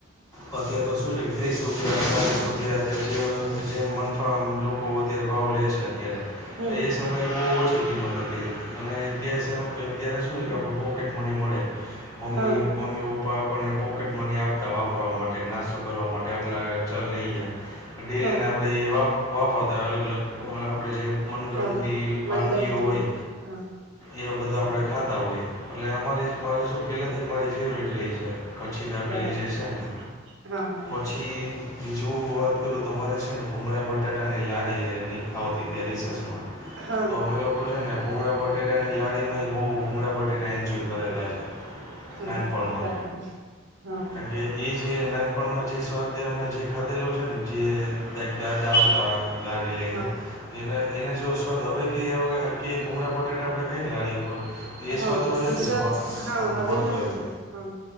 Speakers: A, on the left; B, on the right.
A: અત્યારે તો શું છે કે ત્રીસ રૂપિયા ચાલીસ રૂપિયા અત્યારે જે જેમ મનફામ લોકો અત્યારે ભાવ લે છે અત્યારે
B: છે
A: તો
B: હમ
A: એ સમયે બહુ ઓછી કિંમત હતી હતી અને તે અત્યારે શું છે કે આપણ પોકેટ મની મળે મમ્મી
B: હા
A: મમ્મી પપ્પા આપણને પોકેટ મની આપતા વાપરવા માટે નાસ્તો કરવા માટે આટલા ચાલ લઈ ગયા ડેલીને
B: હા
A: આપણે એ વા વાપરતા હોય અલગ અલગ આપણે જે મનગમતી
B: હા
A: વાનગીઓ
B: મનગમતું
A: હોય
B: હા
A: એવા બધા આપણે ખાતા હોય એટલે અમારી શ મારે શું પહેલાંથી જ મારી ફેવરિટ રહી છે કચ્છી દાબેલી
B: બરાબર
A: જે છે ને
B: હા હા
A: પછી બીજું વાત કરું તમારે છે ને પૂગડાા બટાટાની લારી એ ની આવતી રિસેસમાં
B: હા
A: તો અમે લોકો જો ને ભૂમળ બટેટાની લારી માં બહુ ભૂંગળાબટેને એન્જોય કરેલા છે
B: હા
A: નાનપડમાં
B: હા બરાબર હા
A: કારણ કે એ જે નાનપણમાં જે સ્વાધ્યમાં જે ખાધેલો છે ને જે દદાર હતા લડી લના
B: હા
A: એ એને જો સ્વાદ હવે કે કે ભૂગળા બટેાટા આપણે ખાઈએને લાળી ઉપર એ
B: હા
A: સ્વાદ હવે
B: તું
A: નથી
B: સદ
A: જોવા
B: હા
A: આમ
B: હવે
A: મળતો
B: ના મને
A: એમ
B: હા